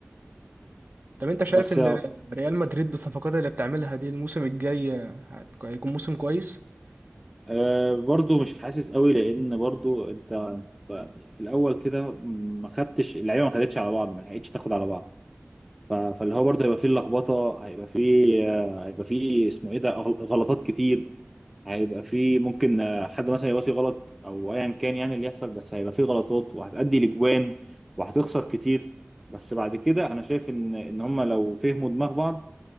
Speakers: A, on the right; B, in the centre.
A: طب انت شايف
B: بس
A: ان ر- ريال مدريد بالصفقات اللي بتعملها دي الموسم الجاي آه، هت- هيكون موسم كويس
B: آه، برضو مش حاسس قوي لان برضو انت أنت في الاول كده ما خدتش اللعيبه ما خدتش على بعض ما لحقتش تاخد على بعض ف- فاللي هو برضه هيبقى فيه لخبطه هيبقى فيه آه، هيبقى فيه اسمه ايه ده غل- غلطات كتير هيبقى فيه ممكن آه، حد مثلا يباصي غلط او ايا كان يعني اللي يحصل بس هيبقى فيه غلطات وهتأدي لجوان وهتخسر كتير بس بعد كده انا شايف ان ان هم لو فهموا دماغ بعض